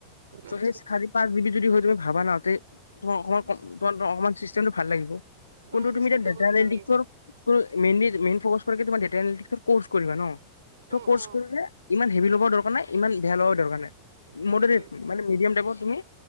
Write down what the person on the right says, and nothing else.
আচ্ছা
আচ্ছা
অ চিষ্টেমটো
অকমান
ভাল লাগিব
অ
অ
উম
উম হম